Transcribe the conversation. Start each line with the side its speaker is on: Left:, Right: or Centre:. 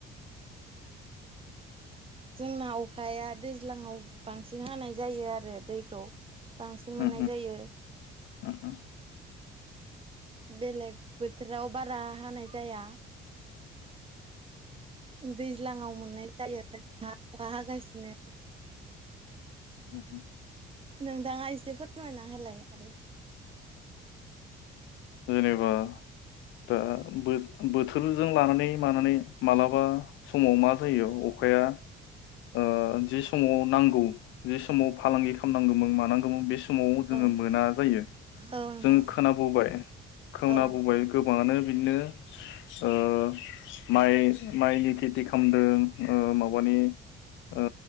Right: जोंना अखाया दैज्लांआव बांसिन हानाय जायो आरो। दैखौ बांसिन
Left: उम
Right: मोननाय
Left: उम
Right: जायो।
Left: उम उम
Right: बेलेग बोथोराव बारा हानाय जाया। दैज्लाङाव मोननाय जायो अखा हागासिनो
Left: उ - उ।
Right: नोंथाङा एसे फोरमायना होलाय आरो।
Left: जेनेबा दा बो- बोथोरजों लानानै मानानै मालाबा समाव मा जायो अखाया ओ- जि समाव नांगौ जि समाव फालांगि खालामनांगो मो मानांगोमोन बेस समाव जोंङो
Right: औ
Left: मोना जायो
Right: औ नोंथां
Left: जों खोनाबोबाय खोनाबोबाय
Right: औ
Left: गो गोबाङानो बिदिनो ओ माइ माइनि खेथि खामदों ओ माबानि ओ